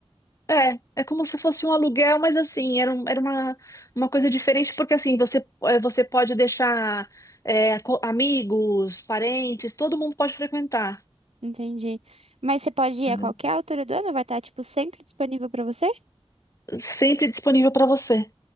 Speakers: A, on the left (about 30°); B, on the right (about 75°).
A: é, é como se fosse um aluguel, mas assim, era, um- era uma, uma coisa diferente, porque assim, você, é, você pode deixar é, co- amigos, parentes, todo mundo pode frequentar.
B: Entendi. Mas você pode
A: entendeu?
B: ir a qualquer altura do ano, vai estar, tipo, sempre disponível pra você?
A: Sempre disponível para você.